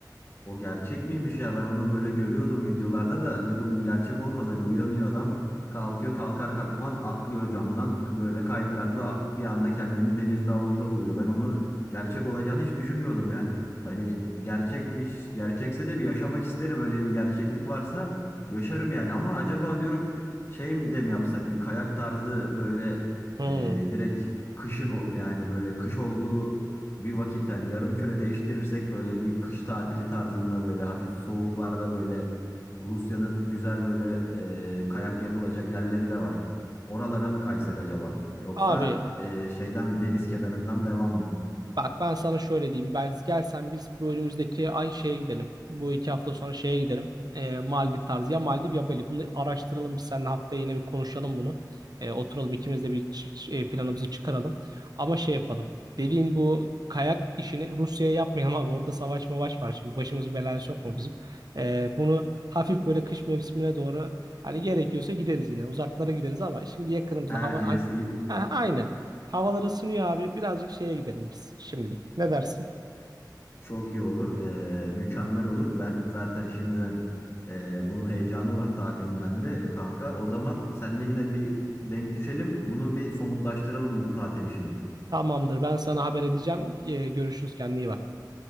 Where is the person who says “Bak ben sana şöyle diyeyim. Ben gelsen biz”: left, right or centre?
Right